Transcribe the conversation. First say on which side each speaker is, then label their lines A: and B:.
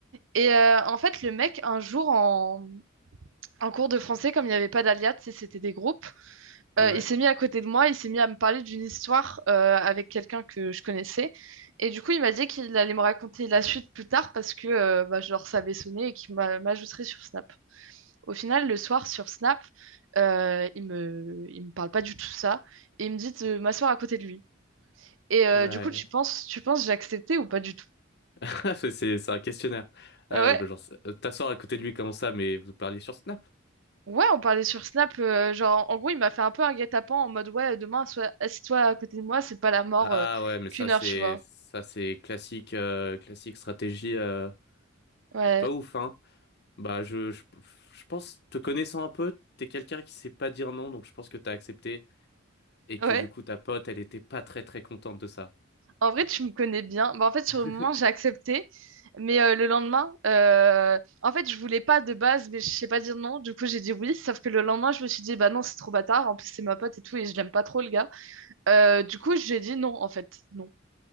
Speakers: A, on the right; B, on the left.
A: Et euh, en fait, le mec, un jour, en, en cours de français, comme il n'y avait pas d'alias, tu sais, c'était des groupes. Euh,
B: Ouais.
A: il s'est mis à côté de moi, il s'est mis à me parler d'une histoire euh, avec quelqu'un que je connaissais. Et du coup, il m'a dit qu'il allait me raconter la suite plus tard parce que euh, bah, je leur savais sonner et qu'il m'a- m'ajouterait sur Snap. Au final, le soir, sur Snap, euh, il me... il me parle pas du tout ça et il me dit de m'asseoir à côté de lui. Et euh,
B: Ouais.
A: du coup, tu penses, tu penses j'ai accepté ou pas du tout?
B: <laughs> C'est c'est un questionnaire.
A: Ah
B: Euh,
A: Ouais.
B: bah, genre, euh, t'asseoir à côté de lui, comment ça, mais vous parliez sur Snap?
A: Ouais, on parlait sur Snap, euh, genre en gros il m'a fait un peu un guet-apens en mode ouais demain sois assis-toi à côté de moi, c'est pas la mort
B: Ah
A: euh,
B: ouais, mais ça
A: qu'une heure,
B: c'est
A: tu vois.
B: ça c'est classique euh, classique stratégie euh,
A: Ouais,
B: pas ouf hein. Bah je, je je pense te connaissant un peu, t'es quelqu'un qui sait pas dire non, donc je pense que t'as accepté et que
A: ouais.
B: du coup ta pote elle était pas très très contente de ça.
A: En vrai tu me connais bien. Bah, en fait sur
B: <laughs>
A: le moment j'ai accepté, mais euh, le lendemain, euh, en fait je voulais pas de base, mais je sais pas dire non. Du coup j'ai dit oui, sauf que le lendemain je me suis dit bah non c'est trop bâtard, en plus c'est ma pote et tout et je l'aime pas trop le gars. Euh, du coup j'ai dit non en fait, non.